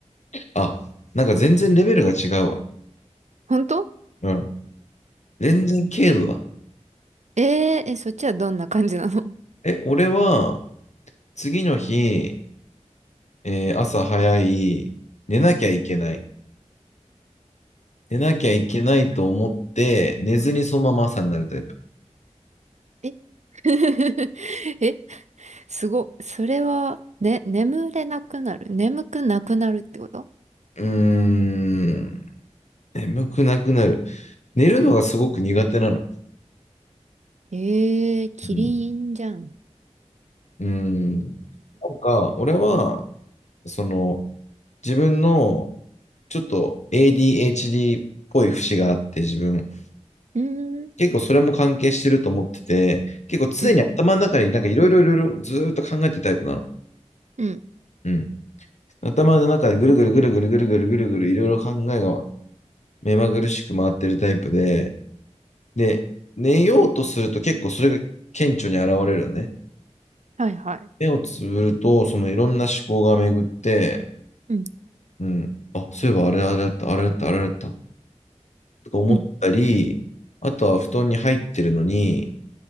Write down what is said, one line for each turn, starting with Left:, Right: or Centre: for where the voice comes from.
Left: あ、なんか全然レベルが違うわ。
Right: 本当
Left: うん。全然軽度だ。
Right: えー、え、そっちはどんな感じなの
Left: え、俺は次の日、えー朝早い、寝なきゃいけない。寝なきゃいけないと思って、寝ずにそのまま朝になるタイプ。
Right: え <laughs> え、すごっ。それは、ね、眠れなくなる。眠くなくなるってこと
Left: うーん。眠くなくなる。寝るのがすごく苦手なの。
Right: ええキリンじゃん。
Left: うん。うーん。なんか、俺は、その、自分のちょっと ADHD っぽい節があって自分、
Right: うーん、
Left: 結構それも関係してると思ってて、結構常に頭の中になんかいろいろいろいろずっと考えてるタイプなの。
Right: うん、うん、
Left: うん。頭の中でぐるぐるぐるぐるぐるぐるぐるぐるいろいろ考えが目まぐるしく回ってるタイプで、で、寝ようとすると結構それが顕著に現れるね。
Right: はいはい。
Left: 目をつぶると、そのいろんな思考が巡って、
Right: うん、
Left: うん。あ、そういえばあれあれだった、あれだった、あれだった、とか思ったり、
Right: うん。
Left: あとは布団に入ってるのに、